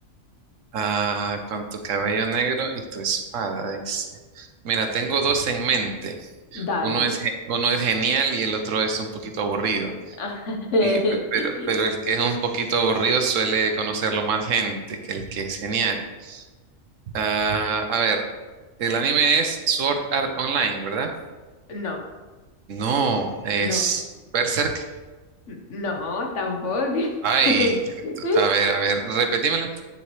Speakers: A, on the right; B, on the left.
A: Ah, con tu cabello negro y tu espada, dice. Mira, tengo dos en mente.
B: Dale.
A: Uno es, ge- uno es genial y el otro es un poquito aburrido.
B: <laughs>
A: Y, pe- pero, pero el que es un poquito aburrido suele conocerlo más gente que el que es genial. Ah, a ver, el anime es Sword Art Online, ¿verdad?
B: No,
A: No, es
B: no,
A: Berserk.
B: n- no, tampoco.
A: Ay,
B: <laughs>
A: a ver, a ver, repetímela.